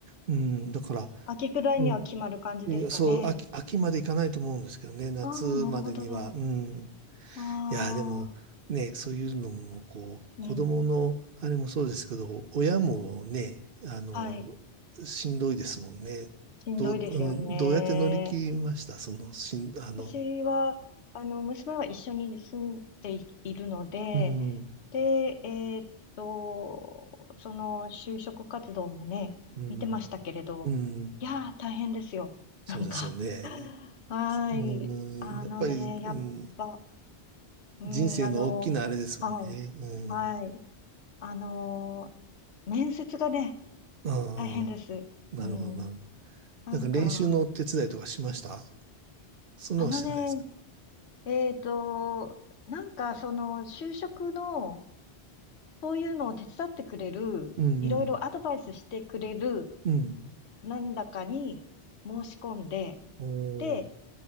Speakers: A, on the right; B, on the left.
A: うん、だから、
B: 秋ぐらいには決まる感じですかね。
A: うん、いやそう、秋、秋までいかないと思うんですけどね、夏までには、
B: ああ、なるほど。
A: うん。
B: ああ、
A: いや、でも、ね、そういうのも、こう、
B: うん。
A: 子供の、あれもそうですけど、親もね、あの、
B: はい。
A: しんどいですもんね。
B: しんどいですよね。
A: どう、うん、どうやって乗り切りましたその、しん、あの、
B: 私は、あの、娘は一緒に住んでいいるので、
A: うん、
B: で、えーっと、その就職活動もね、
A: うん、
B: 見てましたけれど、
A: うん、
B: いやー、大変ですよ。
A: そうですよね。
B: なんか、はーい。
A: うん、
B: あのね、
A: やっぱり、
B: やっぱ、
A: うん、
B: うん、
A: 人生の大きなあれですもんね。
B: あの、はい、
A: うん、
B: はい。あの面接がね、
A: あ
B: 大変です。
A: あ、なるほど、
B: うん、
A: なるほど。
B: なんか、
A: なんか練習のお手伝いとかしましたそんなのしてないですか
B: あのね、えーっと、なんか、その、就職の、そういうのを手伝ってくれる、
A: うんうん。
B: いろいろアドバイスしてくれる、
A: うん。
B: なんだかに申し込んで、
A: おー。
B: で、